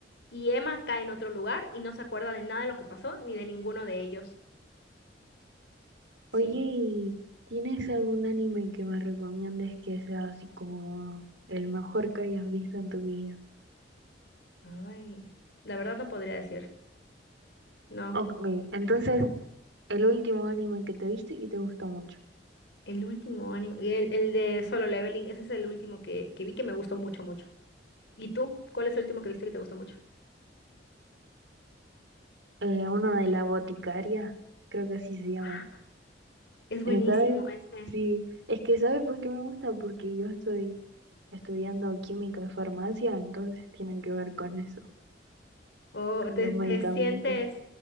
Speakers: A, on the left; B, on the right.
A: Y Emma cae en otro lugar y no se acuerda de nada de lo que pasó ni de ninguno de ellos.
B: Oye,
A: Sí.
B: ¿y tienes algún anime que me recomiendes que sea así como el mejor que hayas visto en tu vida?
A: Ay, la verdad no podría decir. No,
B: Ok, entonces, el último anime que te viste y te gustó mucho.
A: el último anime, el, el de Solo Leveling, ese es el último que, que vi que me gustó mucho, mucho. ¿Y tú? ¿Cuál es el último que viste que te gustó mucho?
B: Eh, uno de la boticaria, creo que así se llama.
A: Ah, es
B: Eh,
A: buenísimo
B: ¿Sabes?
A: ese.
B: Sí, es que ¿sabes por qué me gusta? Porque yo estoy estudiando química y farmacia, entonces tienen que ver con eso,
A: Oh,
B: con
A: te,
B: los
A: te
B: medicamentos.
A: sientes,